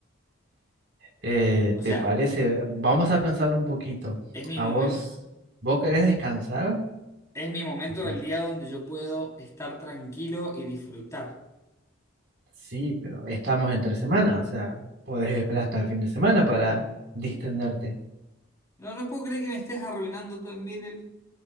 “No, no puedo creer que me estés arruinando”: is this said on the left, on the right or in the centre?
Left